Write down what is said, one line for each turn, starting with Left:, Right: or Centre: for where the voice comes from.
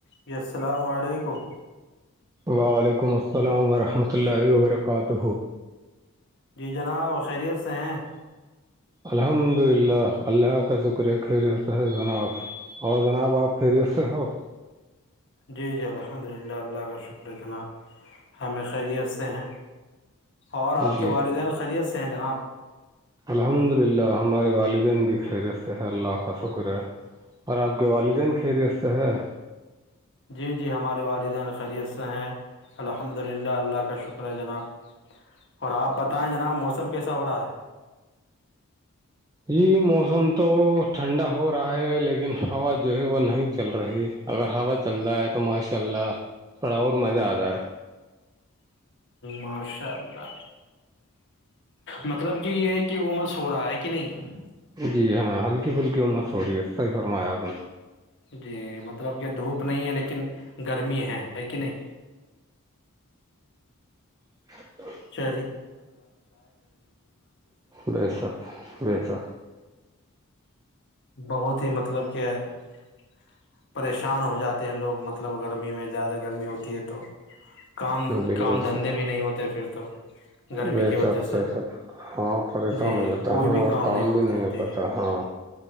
Left: جی السلام علیکم
Right: وعلیکم السلام ورحمۃ اللہ وبرکاتہ
Left: جی جناب خیریت سے ہیں
Right: الحمد للہ اللہ کا شکر ہے خریت جناف اور جناب آپ خیریت سے ہو
Left: جی جی الحمد للہ اللہ کا شکر جناب ہمیں خیریت سے ہیں اور آپ
Right: جی
Left: کے والدین خیریت سے ہیں جناب
Right: الحمد للہ ہمارے والدین بھی خیرست ہیں اللہ کا شکر ہے اور آپ کے والدین خیریت سے ہے
Left: جی جی ہمارے والدین خیریت سے ہیں الحمد للہ اللہ کا شکر ہے جناب اور آپ بتائیں جناب موسم کیسا ہو رہا ہے
Right: یہی موسم تو ٹھنڈا ہو رہا ہے لیکن ہوا جو ہے وہ نہیں چل رہی اگر ہوا چلتا ہے تو ماشاء اللہ تھوڑا اور مزہ آتا ہے
Left: ماشاء اللہ مطلب کہ یہ ہے کہ عمس س ہو رہا ہے کہ نہیں
Right: جی ہاں ہلکی پھلکی عمت ہو رہی ہے صحی فرمایا آپ نے
Left: جی مطلب کہ دھوپ نہیں ہے لیکن گرمی ہے ہے کہ نہیں
Right: ہ <unintelligible>
Left: <unintelligible> ج
Right: بے شک بے شک
Left: بہت ہی مطلب کہ <unintelligible> پریشان ہو جاتے ہیں لوگ مطلب گرمی میں زیادہ گرمی ہوتی ہے تو <unintelligible> کام
Right: بالکل
Left: کام دھندے
Right: سر
Left: بھی نہیں ہوتے پھر تو گرمی
Right: بے
Left: کی
Right: شک
Left: وجہ
Right: صحیح
Left: سے
Right: فرما ہاں پریشان
Left: جی
Right: ہو جاتا
Left: کوئی
Right: ہے
Left: بھی
Right: اور
Left: کام نہیں ہوتے
Right: بھی
Left: ہیں
Right: ہو
Left: جی
Right: پاتا ہاں